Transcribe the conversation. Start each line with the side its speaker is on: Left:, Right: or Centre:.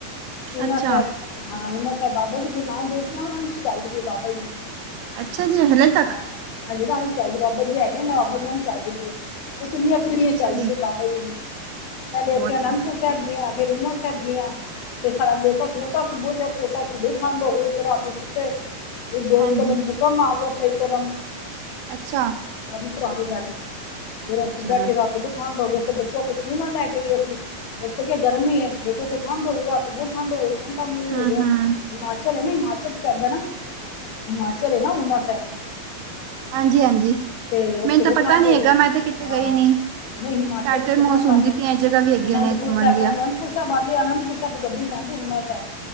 Left: ਓਨਾ
Right: ਅੱਛਾ
Left: ਸਾਹਿਬ ਹਾਂ ਨਾ ਸਾਹਿਬ ਬਾਬਾ ਜੀ ਗੁਰੂ ਨਾਨਕ ਦੇਵ ਜੀ ਉਹ ਨੂੰ ਸਚਾਈ ਦੇਗੇ ਬਾਬਾ ਜੀ ਦੀ
Right: ਅੱਛਾ ਜੀ ਹਲੇ ਤੱਕ
Left: ਹਾਂ ਹਜੇ ਤਾਂ ਚੱਲਦੀ ਬਾਬਾ ਜੀ ਹੈਗੇ ਨਾ ਬਾਬਾ ਜੀ ਚੱਲਦੀ ਪਈ ਏ। ਤੇ ਕਿੰਨੀਆਂ ਪਿਰੀਆਂ
Right: ਅੱਛਾ
Left: ਚੱਲਦੀਆਂ
Right: ਜੀ
Left: ਬਾਬਾ ਜੀ ਦੀ। ਪਹਿਲੇ
Right: ਬਹੁਤ
Left: ਅਸੀਂ ਅਨੰਦਪੁਰ ਸਾਹਿਬ ਗਏ ਫਿਰ ਹੇਮਕੁੰਟ ਸਾਹਿਬ ਗਏ ਆ। ਸਾਡਾ ਬੇਟਾ ਛੋਟਾ ਸੀ ਬਹੁ ਜ਼ਿਆਦਾ ਛੋਟਾ ਸੀ ਬਹੁਤ ਠੰਢ ਹੋ ਗਈ ਉਥੇ ਰਾਤੀ ਸੁੱਤੇ ਭੁਕੰਪ
Right: ਹਾਂਜੀ
Left: ਆ ਗਿਆ ਇੱਕੇ ਦਮ।
Right: ਅੱਛਾ।
Left: ਆਹ ਵੀ ਪੁਰਾਣੀ ਗੱਲ ਐ ਫੇਰ ਅਸੀਂ
Right: ਚਲੋ
Left: ਬੈਠੇ ਰਾਤੀ ਵੀ ਠੰਡ ਹੋ ਗਏ ਤੇ ਬੱਚਾ ਕੁ ਮਰਜ਼ੀ ਨਾਲ ਲੈ ਕੇ ਆਈ ਆ ਇਸ ਤੇ ਕਿ ਗਰਮੀ ਹੈ ਦੇਖੋ ਉੱਥੇ ਠੰਡ ਹੋਈ ਰਾਤ ਬਹੁਤ ਠੰਢ ਹੋ ਗਈ ਘੰਟ ਹੋ
Right: ਹੂੰ
Left: ਗਿਆ
Right: ਹੂੰ
Left: ਹਿਮਾਚਲ ਹੈ ਨਾ ਹਿਮਾਚਲ ਚ ਪੈਂਦਾ ਨਾ ਹਿਮਾਚਲ ਹੈ ਨਾ ਉਣਾ ਸ਼ਹਿਬ
Right: ਹਾਂਜੀ ਹਾਂਜੀ
Left: ਤੇ ਓਥੇ
Right: ਮੈਨੂੰ ਤਾਂ
Left: ਵੀ ਠੰਡ
Right: ਪਤਾ ਨੀ
Left: ਹੋ
Right: ਹੈਗਾ
Left: ਗਈ
Right: ਮੈਂ ਤੇ ਕਿਤੇ
Left: ਹਾਂ
Right: ਗਈ ਨੀ
Left: ਨਹੀਂ ਹਿਮਾਚਲ
Right: ਤੁਹਾਡੇ
Left: ਚ
Right: ਮੂੰਹੋਂ
Left: ਨਾ
Right: ਸੁਣਦੀ
Left: ਪਾਸੇ
Right: ਪਈ ਇਹ ਜਗ੍ਹਾ ਵੀ ਹੈਗੀਆਂ
Left: ਅਨੰਦਪੁਰ
Right: ਨੇ ਘੁੰਮਣ
Left: ਸਾਹਿਬ
Right: ਦੀਆਂ
Left: ਅਨੰਦਪੁਰ ਬਣ ਆਨੰਦਪੁਰ ਸਾਹਿਬ ਗੱਡੀ ਜਾਂਦੀ ਹਰਮਿੰਦਰ ਸਾਹਿਬ।